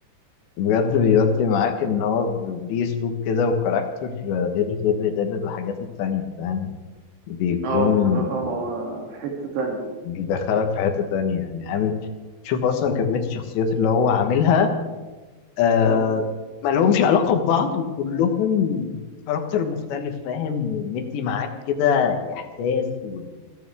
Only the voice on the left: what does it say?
بجد بيودي معاك ان هو ب- ليه اسلوب كده وكاركتر غير غير غير الحاجات التانية فاهم بيكون
بيدخلك في حتة تانية يعني عامل شوف اصلا كمية الشخصيات اللي هو عاملها آه
ما لهمش علاقة ببعض وكلهم كاركتر مختلف فاهم ومدي معاك كده الاحساس وال-